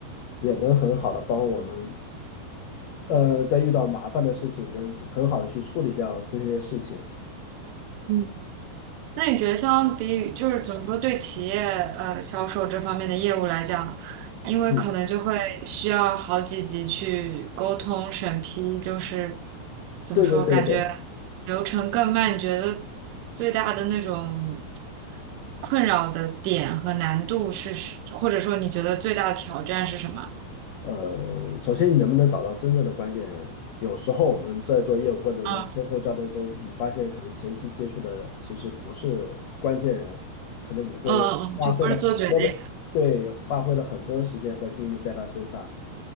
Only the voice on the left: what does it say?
也能很好的帮我们，呃，在遇到麻烦的事情，能很好的去处理掉这些事情。
嗯，
对对对对。
呃，首先你能不能找到真正的关键人？有时候我们在做业务过程中，
包括交流中，你发现可能前期接触的其实不是关键人，可能你会花费了很多的，
对，花费了很多时间和精力在他身上